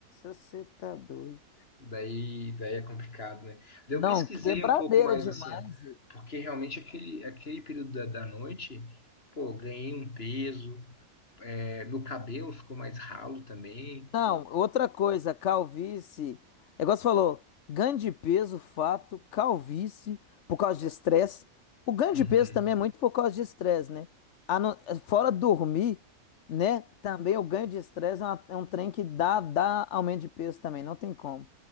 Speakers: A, on the left; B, on the left.
A: Você tá doido.
B: Daí, daí é complicado, né? Daí
A: não,
B: eu pesquisei
A: quebradeira
B: um pouco mais
A: demais.
B: assim, ó,
A: Zé.
B: porque realmente aquele, aquele período da, da noite, pô, ganhei um peso, é, meu cabelo ficou mais ralo também.
A: Não, outra coisa, calvície. É igual você falou, ganho de peso, fato, calvície, por causa de estresse. O ganho
B: Uhum,
A: de peso também é muito por causa de estresse, né? A não- Fora dormir, né? Também o ganho de estresse é, uma- é um trem que dá, dá aumento de peso também, não tem como.